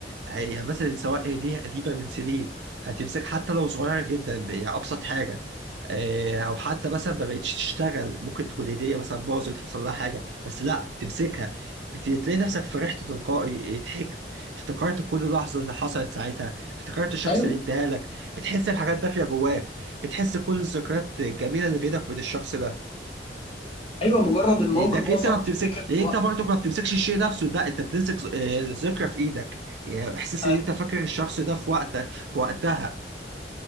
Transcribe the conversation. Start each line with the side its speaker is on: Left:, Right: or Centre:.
Right: هي مثلا سواء هدية قديمة من سنين هتمسك حتى لو صغيرة جدا هي أبسط حاجة آه، أو حتى مثلا ما بقتش تشتغل ممكن تكون هدية مثلا باظت حصل لها حاجة بس لا بتمسكها بت- تلاقي نفسك فرحت تلقائي إيه، ضحكت افتكرت كل لحظة اللي حصلت ساعتها افتكرت الشخص
Left: ايوه
Right: اللي اداها لك بتحس بحاجات دافية جواك بتحس كل الذكريات الجميلة اللي بينك وبين الشخص ده
Left: ايوه مجرد الموقف
Right: ايدك
Left: اصلا
Right: انت ما بتمسك
Left: وتفتكر
Right: لان انت
Left: الوقت
Right: برضو ما بتمسكش الشيء نفسه لا انت بتمسك آه، ذكرى في ايدك يعني احساس
Left: أي-
Right: ان انت فاكر الشخص ده في وقت في وقتها